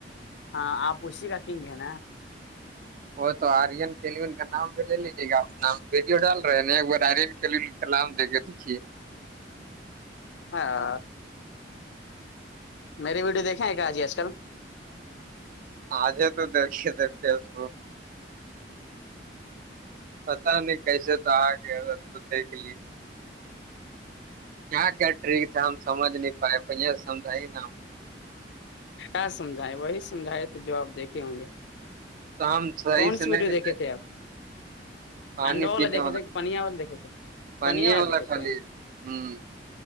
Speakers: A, on the left (about 75°); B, on the right (about 50°).
A: ہاں آپ اسی کا کنگ ہے نا
B: وہ تو آرین کیلون کا نام بھی لے لیجیے گا نام بھی ڈال رہے نا ایک بار ڈائرین کھیام دیکھے دیکھیے
A: ہاں میری ویڈیویکھیں ہے کہ آجی آج کل
B: آجے تو دیکھیے دیکھتے س پتا نہیں کیسے تو آ گیا سب تو دیکھ لی کیا کیا ٹریک تھا ہم سج نہیں پائے ب سے سجھائیے نا ہم
A: کیا سمجھائے وہی سمجھائے تو جو آپ دیکھے ہوں گے
B: تو ہم صحیح
A: کون
B: سے
A: سی
B: نہیں
A: ویڈیو
B: دیتے
A: دیکھے تھے آپ
B: پانی
A: اڈو والا
B: پینے
A: دھے تھے پنیا والا دیکے تھے
B: پانی
A: پنیر والا دیکھے
B: خالی
A: تھے
B: ہوں